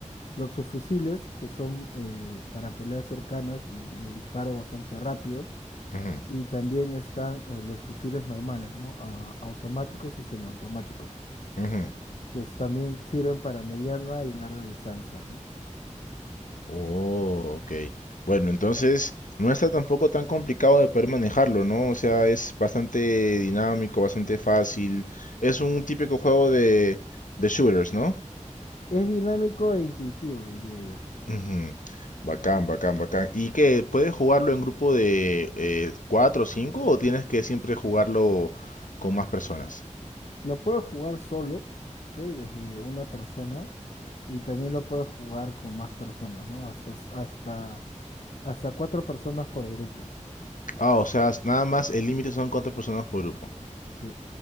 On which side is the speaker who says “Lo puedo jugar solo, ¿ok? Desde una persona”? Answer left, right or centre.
Left